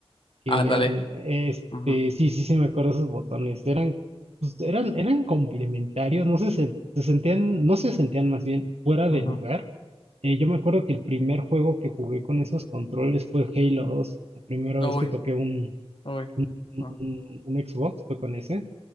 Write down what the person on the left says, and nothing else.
Ándale.
Ujú,
ujú.
Uy,
uy.
ujú.